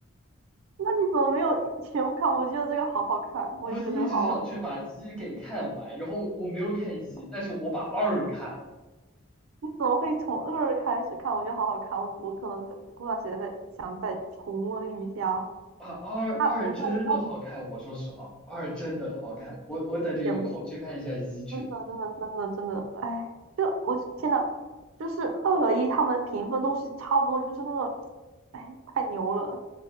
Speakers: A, on the right (about 70°); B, in the centre.
A: 那你怎么没有全部看？我觉得这个好好看，我也觉得这个好好
B: 我一直想去把一给看完，然后我没有看一，但是我把二看了。
A: 你怎么会从二开始看？我觉得好好看，我我可能在过段时间再想再重温一下。
B: 啊，二二真的好看，
A: 他，我看我那
B: 我说实话，二真的好看，
A: 不是
B: 我我等着有空去看一下一去。
A: 也不是真的，真的，真的，真的，哎，就我天呐，就是二和一他们的评分都是差不多，就是那种，哎，太牛了。